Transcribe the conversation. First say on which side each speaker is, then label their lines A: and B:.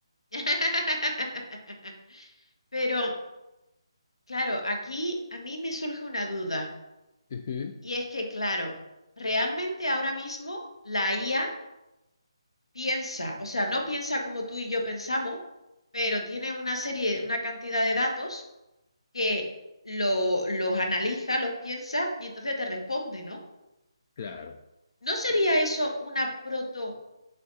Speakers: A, on the left (about 75°); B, on the left (about 35°).
A: <laughs> Pero, claro, aquí a mí me surge una duda.
B: Ujú,
A: Y es que, claro, realmente ahora mismo la IA piensa, o sea, no piensa como tú y yo pensamos, pero tiene una serie, una cantidad de datos que lo- los analiza, los piensa y entonces te responde, ¿no?
B: Claro.
A: ¿No sería
B: Eh,
A: eso una proto,